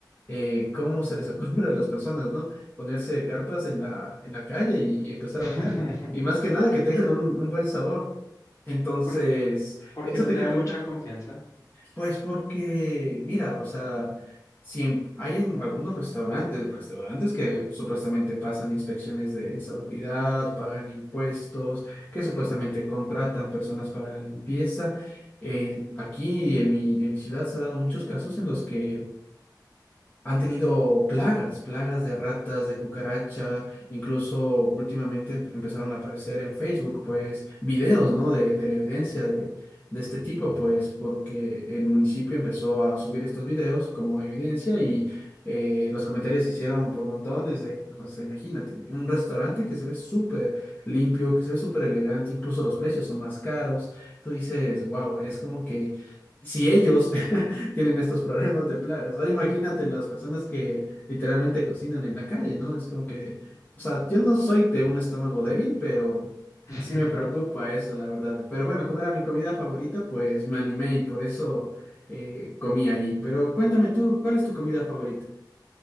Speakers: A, on the left; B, on the left.
A: eh, ¿cómo se les ocurre a las personas, ¿no? Ponerse carpas en la, en la calle y, y empezar
B: <laughs>
A: a vender. Y más que nada, que tengan un, un buen sabor. Entonces,
B: ¿Por, por
A: eso
B: qué no
A: te
B: te
A: quería
B: da
A: preguntar.
B: mucha confianza?
A: Pues porque, mira, o sea, si en- hay en algunos restaurantes, restaurantes que supuestamente pasan inspecciones de salubridad, pagan impuestos, que supuestamente contratan personas para la limpieza. eh, aquí en mi, en mi ciudad se han dado muchos casos en los que han tenido plagas, plagas de ratas, de cucaracha, incluso últimamente em- empezaron a aparecer en Facebook, pues, videos, ¿no? De, de la evidencia de, de este tipo, pues, porque el municipio empezó a subir estos videos como evidencia y eh, los comentarios se hicieron por montones de, o sea, imagínate, un restaurante que se ve súper limpio, que se ve súper elegante, incluso los precios son más caros. Tú dices, wow, es como que si ellos <laughs> tienen estos problemas de plagas. Ahora imagínate las personas que literalmente cocinan en la calle, ¿no? Es como que, o sea, yo no soy de un estómago débil, pero
B: <laughs>
A: sí me preocupa eso, la verdad. Pero bueno, como era mi comida favorita, pues me animé y por eso eh, comí ahí. Pero cuéntame tú, ¿cuál es tu comida favorita?